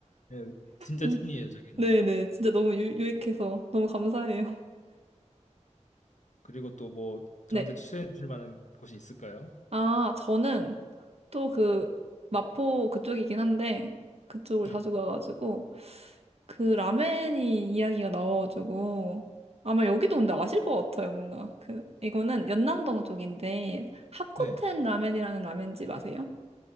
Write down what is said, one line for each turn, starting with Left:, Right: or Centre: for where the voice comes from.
Left: 예. 진짜
Right: 음,
Left: 찐이에요, 저는
Right: 네네. 진짜 너무 유, 유익해서 너무 감사해요.
Left: 그리고 또 뭐 저한테
Right: 네.
Left: 추천해 주실 만한 곳이 있을까요?
Right: 아, 저는 또 그 마포 그쪽이긴 한데 그쪽을 자주
Left: 예.
Right: 가가지고 그 라멘이 이야기가 나와가지고 아마 여기도 근데 아실 것 같아요 뭔가 그 이거는 연남동 쪽인데 하쿠텐
Left: 네.
Right: 라멘이라는 라멘집 아세요?